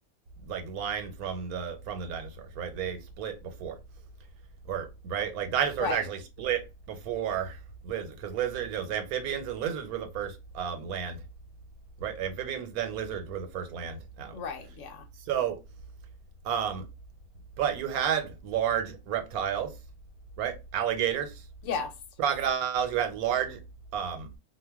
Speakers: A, on the right; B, on the left.
A: like line from the from the dinosaurs, right? They split before. Or right? Like dinosaurs
B: right,
A: actually split before lizard cuz lizards you know, amphibians and lizards were the first um land, right? Amphibians then lizards were the first land animals.
B: right. Yeah.
A: So Um, but you had large reptiles, right? Alligators,
B: Yes.
A: crocodiles. You had large, um,